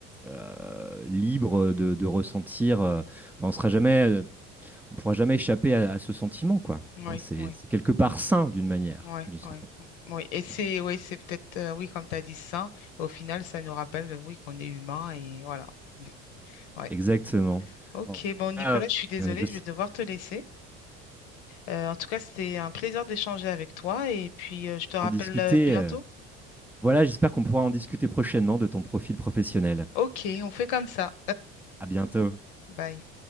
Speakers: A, in the centre; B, on the left (about 80°).
A: euh, libre de, de ressentir, euh, enfin, on sera jamais, euh, on pourra jamais échapper à, à ce sentiment, quoi.
B: Oui,
A: Hein, c'est,
B: oui,
A: c'est quelque part sain d'une manière,
B: oui,
A: d'une certaine
B: oui, mm, oui. Et c'est,
A: manière.
B: oui, c'est peut-être, euh, oui, comme tu as dit ça, au final, ça nous rappelle, euh, oui, qu'on est humain et voilà. Mmh. Ouais.
A: Exactement.
B: Ok,
A: En-
B: bon, Nicolas,
A: Ah,
B: je suis désolée,
A: euh, je sais
B: je vais devoir te laisser. Euh, en tout cas, c'était un plaisir d'échanger avec toi et puis euh, je te rappelle
A: en discuter.
B: euh, bientôt.
A: euh, Voilà, j'espère qu'on pourra en discuter prochainement de ton profil professionnel.
B: Ok, on fait comme ça.
A: À bientôt.
B: Bye.